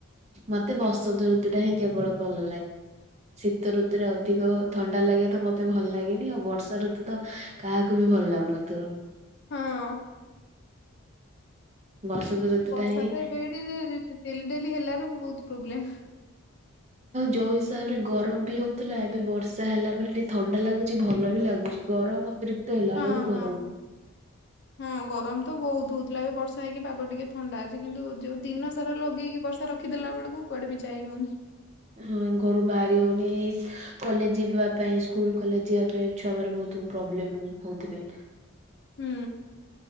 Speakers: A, on the right; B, on the left.
A: ମତେ ବସନ୍ତ ଋତୁ ଟା ହିଁ କେବଳ ଭଲ ଲାଗେ। ଶୀତ ଋତୁରେ ଅଧିକ ଥଣ୍ଡା ଲାଗେ ତ ମତେ ଭଲ ଲାଗେନି ଆଉ ବର୍ଷା ଋତୁ ତ କାହାକୁ ବି ଭଲ ଲାଗୁନ ଥିବ।
B: ହଁ।
A: ବସନ୍ତ ଋତୁ
B: ବର୍ଷା
A: ଟା ହିଁ
B: ତ ଏବେ ଏଠି ଯେ ଡେଲି ଡେଲି ହେଲାର ବି ବହୁତ ପ୍ରୋବ୍ଲେମ।
A: ଯୋଉ ହିସାବରେ ଗରମ ବି ହଉଥିଲା, ଏବେ ବର୍ଷା ହେଲା ପରେ ଟିକେ ଥଣ୍ଡା ଲାଗୁଛି ଭଲ ବି ଲାଗୁଛି। ଗରମ ଅତିରିକ୍ତ ହେଲା
B: ହଁ
A: ବେଳକୁ
B: ହଁ।
A: ଭଲ ଲାଗଛି।
B: ହଁ ଗରମ ତ ବହୁତ ହଉଥିଲା ଏବେ ବର୍ଷା ହେଇକି ପାଗ ଟିକେ ଥଣ୍ଡା ଅଛି କିନ୍ତୁ। ଯୋଉ ଦିନ ସାରା ଲଗେଇକି ବର୍ଷା ରଖିଦଲା ବେଳକୁ କୁଆଡେ ବି ଯାଇ ହଉନି।
A: ହଁ ଘରୁ ବାହାରି ହଉନି। କଲେଜ ଯିବା ପାଇଁ ସ୍କୁଲ କଲେଜ ଯିବା ପାଇଁ ଛୁଆ ମାନ ବହୁତ ପ୍ରୋବ୍ଲେମ ହଉଥିବେ।
B: ହୁଁ